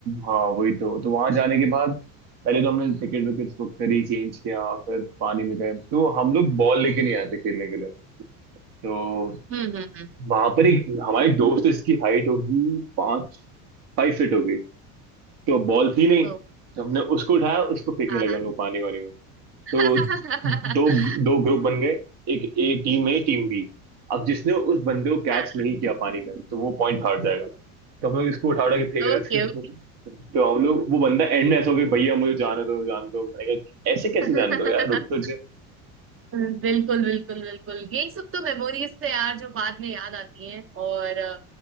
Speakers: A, on the right (about 65°); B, on the right (about 30°).
A: हाँ वही तो तो वहां जाने के बाद पहले तो हमने टिकट विकेट बुक करी चेंज किया फिर पानी में गए तो हम लोग बॉल लेके नहीं आए थे खेलने के लिए तो
B: हम्म हम्म हम्म
A: वहां पर एक हमारे एक दोस्त है, इसकी हाइट होगी पाँच फाइव फीट होगी तो बॉल थी नहीं
B: ओ,
A: तो हमने उसको उठाया उसको फेंकने
B: हाँ
A: लगे हम लोग पानी वानी तो
B: हाँ
A: दो
B: <laughs>
A: दो ग्रुप बन गए एक A team A team B अब जिसने उस बंदे को कैच
B: हाँ
A: नहीं किया पानी में तो वो पॉइंट हार जाएगा तो हम लोग इसको उठा उठा के फेंक
B: Okay
A: रहे थे
B: okay
A: <laughs> तो हम लोग वो बंदा एंड में ऐसा हो गया भैया मुझे जाने दो जाने दो मैंने कहा ऐसे कैसे
B: <laughs>
A: जाने दो यार रुक तो जा
B: बिल्कुल बिल्कुल बिल्कुल यही सब तो मेमोरीज है यार जो बाद में याद आती हैं और अ,